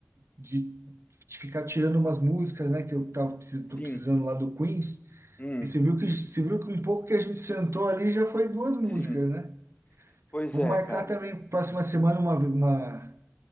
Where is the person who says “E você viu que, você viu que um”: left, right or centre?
Right